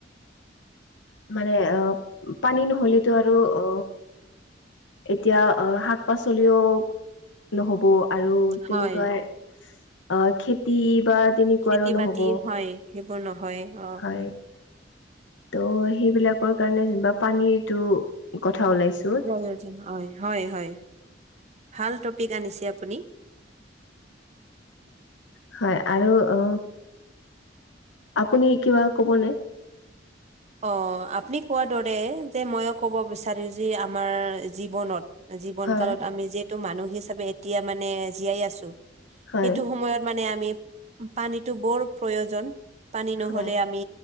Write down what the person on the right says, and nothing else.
হয়
খেতি
বাতি হয় সেইবোৰ নহয় অ'
য় হয় হয় হয় ভাল টপিক আনিছে আপুনি।
অ আপুনি কোৱাৰ দৰে যে মইো ক'ব বিচাৰি যে আমাৰ জীৱনত জীৱন
কালত আমি যিহেতু মানুহ হিচাপে এতিয়া মানে জীয়াই আছো। সেইটো
সময়ত মানে আমি পানীতটো বৰ প্ৰয়োজন। পানী নহলে
আমি